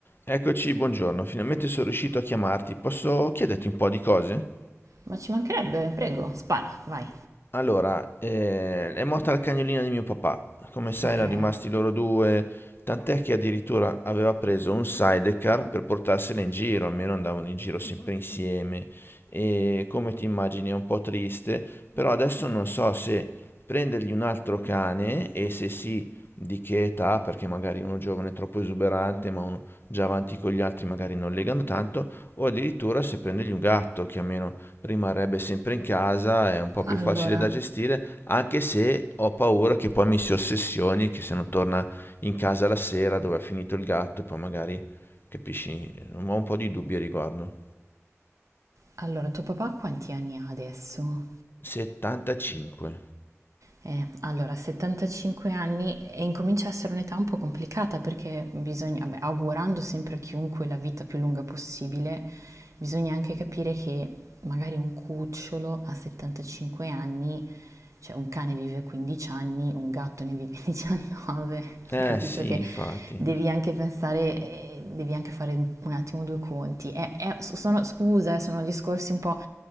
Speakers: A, on the left (about 45°); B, on the right (about 85°).
A: Eccoci, buongiorno, finalmente sono riuscito a chiamarti. Posso chiederti un po' di cose?
B: Ma ci mancherebbe, prego, spara, vai.
A: Allora, eh, è morta la cagnolina di mio papà. Come sai,
B: Ok,
A: erano rimasti loro due, tant'è che addirittura aveva preso un sidecar per portarsela in giro, almeno andavano in giro sempre insieme. E come ti immagini è un po' triste, però adesso non so se prendergli un altro cane e se sì, di che età, perché magari uno giovane è troppo esuberante, ma uno già avanti con gli altri magari non legano tanto, o addirittura se prendergli un gatto, che almeno rimarrebbe sempre in casa, è un po' più
B: allora,
A: facile da gestire, anche se ho paura che poi mi si ossessioni, che se non torna in casa la sera dove è finito il gatto, poi magari, capisci, ho un po' di dubbi a riguardo.
B: allora, tuo papà quanti anni ha adesso?
A: 75.
B: Eh, allora, 75 anni e incomincia a essere un'età un po' complicata perché bisogna, vabbè, augurando sempre a chiunque la vita più lunga possibile, bisogna anche capire che magari un cucciolo a 75 anni, cioè un cane vive 15 anni, un gatto ne vive 19, <laughs>
A: Eh
B: capito
A: sì,
B: che
A: infatti.
B: devi anche pensare, eh, devi anche fare un attimo due conti. È- è- sono, scusa, eh, sono discorsi un po',